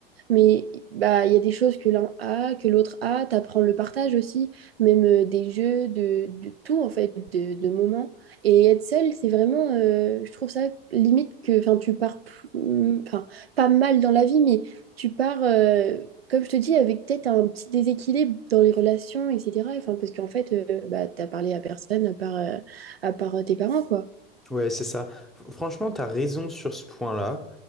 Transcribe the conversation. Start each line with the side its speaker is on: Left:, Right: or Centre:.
Right: Mais bah, il y a des choses que l'un a, que l'autre a. T'apprends le partage aussi, même euh, des jeux, de, de tout en fait, de, de moments. Et être seul, c'est vraiment, euh, je trouve ça limite que, enfin, tu pars, plus- mm, enfin, pas mal dans la vie, mais tu pars, euh, comme je te dis, avec peut-être un petit déséquilibre dans les relations, etc. Enfin, parce qu'en fait, euh, bah, t'as parlé à personne à part, euh, à part euh, tes parents, quoi.
Centre: Ouais, c'est ça. F- Franchement, t'as raison sur ce point-là.